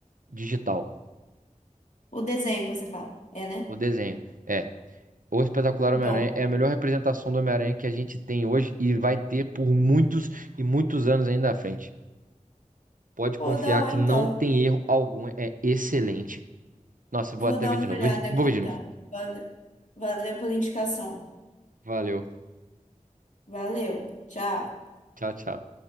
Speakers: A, on the right (about 80°); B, on the left (about 65°).
A: Digital,
B: O desenho que você fala, é, né?
A: o desenho. É, o Espetacular
B: Bom,
A: Homem-Aranha é a melhor representação do Homem-Aranha que a gente tem hoje e vai ter por muitos e muitos anos ainda à frente. Pode
B: pô,
A: confiar
B: da hora
A: que não
B: então.
A: tem erro algum, é excelente. Nossa,
B: Vou
A: eu vou até
B: dar
A: ver
B: uma
A: de
B: olhada
A: novo. Vou de-
B: aqui
A: vou ver
B: então.
A: de novo.
B: Valeu, valeu pela indicação.
A: Valeu.
B: Valeu, tchau.
A: Tchau, tchau.